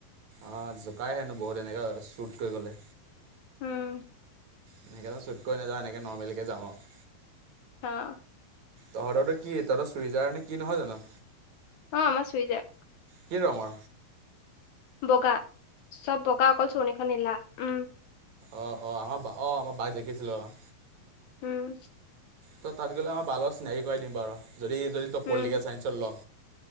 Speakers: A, on the right; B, on the left.
A: অ জোকাই হেনো বহুত এনেকা ছোট কৰি গ'লে।
B: উম।
A: হেনেকে নো চুট কৰি নাযাওঁ এনেকে নৰ্মেলিকে যাম আৱ।
B: হা
A: তহঁতৰ টো কি? তহঁত চুইজাৰ নে কি নহয় জানো?
B: অ আমাৰ চুইজাৰ।
A: কি ৰঙৰ?
B: বগা। চব বগা অকল চোৰণিখন নীলা। উম
A: অ অ আমাৰ বা অ আমাৰ বাক দেখিছিলো অ।
B: উম।
A: ত' তাত গ'লে আমাৰ বা লগত চিনাকী কৰাই দিম বাৰু। যদি যদি তই
B: উম
A: পলিটিকেল ছাইঞ্চত ল।